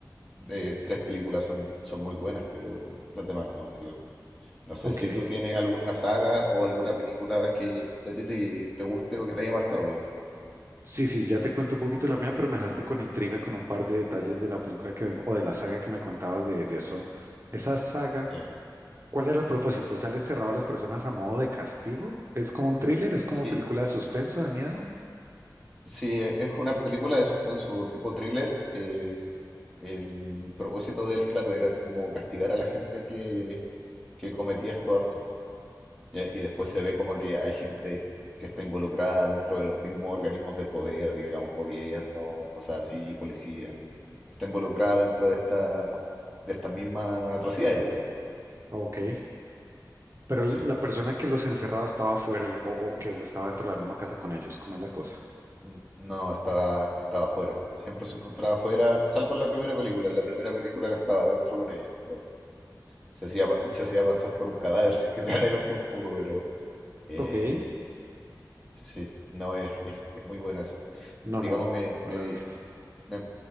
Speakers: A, in the centre; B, on the right.
A: eh, tres películas son, son muy buenas, pero las demás no, digamos. No sé
B: ok.
A: si tú tienes alguna saga o alguna película que, que a ti te, te guste o que te haya marcado, digamos.
B: Sí, sí, ya te cuento un poquito la mía, pero me dejaste con intriga con un par de detalles de la película que, o de la saga que me contabas de, de eso. Esa saga,
A: Ah, ya.
B: ¿cuál era el propósito? ¿Salen encerrado a las personas a modo de castigo? ¿Es como un thriller? ¿Es como
A: Sí,
B: película de suspenso, de miedo?
A: sí, e- es una película de suspenso tipo thriller. eh, el propósito de él, claro, era como castigar a la gente que, que cometía estos actos. ¿ya? Y después se ve como que hay gente que está involucrada dentro de los mismos organismos de poder, digamos, gobiernos, cosas así, policía, que está involucrada dentro de esta, de estas mismas atrocidades, digamos.
B: Ok. Pero
A: Sí.
B: l- la persona que los encerraba estaba afuera y- o, o que o estaba dentro de la misma casa con ellos. ¿Cómo es la cosa?
A: N- No, estaba, estaba afuera. Siempre se encontraba afuera, salvo en la primera película. En la primera película él estaba adentro con ellos, digamos. Se hacía, pa- se hacía pasar por un cadáver, <laughs> si es que te <laughs> adelanto un poco, pero eh,
B: Ok.
A: sí, no, es, es, es muy buena. esa.
B: No,
A: Digamos,
B: no,
A: me,
B: no
A: me,
B: la he visto.
A: me,